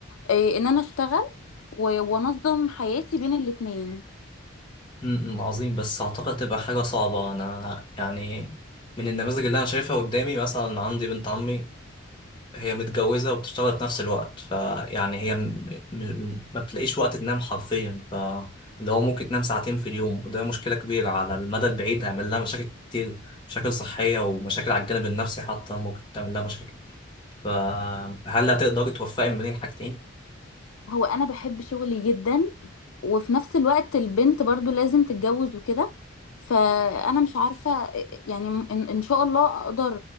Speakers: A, on the left; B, on the left.
A: آه، ان انا اشتغل و- وانظم حياتي بين الاتنين
B: امم عظيم بس أعتقد تبقى حاجة صعبة أنا يعني من النماذج اللي أنا شايفها قدامي مثلا عندي بنت عمي هي متجوزة وبتشتغل في نفس الوقت فيعني هي م... م... ما بتلاقيش وقت تنام حرفيا ف اللي هو ممكن تنام ساعتين في اليوم وده مشكلة كبيرة على المدى البعيد هيعمل لها مشاكل كتير مشاكل صحية ومشاكل على الجانب النفسي حتى ممكن تعمل لها مشاكل فهل هتقدري توفقي ما بين الحاجتين؟
A: هو انا بحب شغلي جدا وفي نفس الوقت البنت برضو لازم تتجوز وكده فانا مش عارفة آه، يعني ان إن شاء الله اقدر